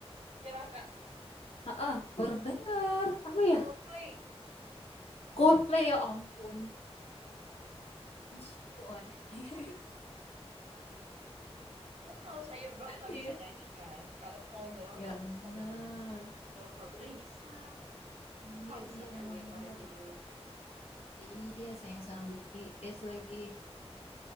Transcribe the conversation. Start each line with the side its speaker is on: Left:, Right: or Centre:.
Right: Nyerah Kak.
Left: Heeh, baru dengar apa ya
Right: Coldplay.
Left: Coldplay ya ampun wish you on <laughs>
Right: So kalau sayur doang nggak
Left: iya
Right: bisa nyanyi kan? Kalau kol doang
Left: ya
Right: nggak
Left: benar
Right: bisa dong.
Left: Coldplay
Right: Kalau Coldplay bisa
Left: iya
Right: konser
Left: iya
Right: kan
Left: emang
Right: dia kemarin
Left: benar
Right: di Indonesia ya.
Left: Iya, sayang sama BTS lagi.